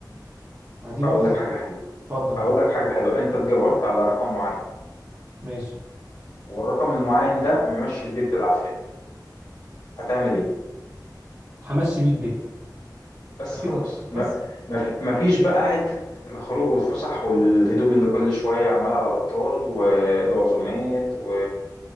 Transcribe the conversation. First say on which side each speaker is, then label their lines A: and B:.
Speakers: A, on the right; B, on the left.
A: فدي برضو
B: هقول لك حاجه حلوه
A: هتفضل
B: هقول
A: قول
B: لك حاجه حلوه انت اتجبرت على رقم معين
A: ماشي
B: والرقم المعين ده ممشي البيت بالعافيه هتعمل ايه
A: همشي بيه البيت
B: بس
A: اكيد
B: خلاص
A: لا.
B: ما
A: بس
B: ما في- ما فيش بقى حتة الخروج والفسح والهدوم اللي كل شوية عمال على بطال والعزومات و